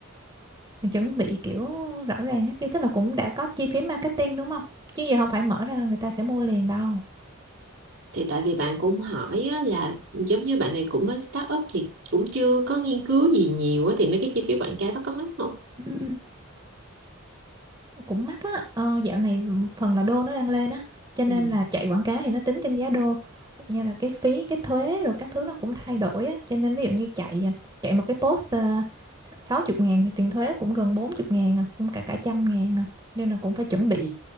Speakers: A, on the right; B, on the right.
A: chuẩn bị kiểu rõ ràng hết chứ tức là cũng đã có chi phí marketing đúng không chứ giờ không phải mở ra là người ta sẽ mua liền đâu
B: thì tại vì bạn cũng hỏi á, là giống như bạn này cũng mới start up thì cũng chưa có nghiên cứu gì nhiều á, thì mấy cái chi phí quảng cáo đó có mắc không
A: Ừ. cũng mắc á ờ, dạo này phần là đô nó đang lên á cho
B: ừ.
A: nên là chạy quảng cáo thì nó tính trên giá đô như là cái phí cái thuế rồi các thứ nó cũng thay đổi á cho nên ví dụ như chạy à, chạy một cái post uh, 60 ngàn thì tiền thuế cũng gần 40 ngàn à, cũng cả cả trăm ngàn à nên là cũng phải chuẩn bị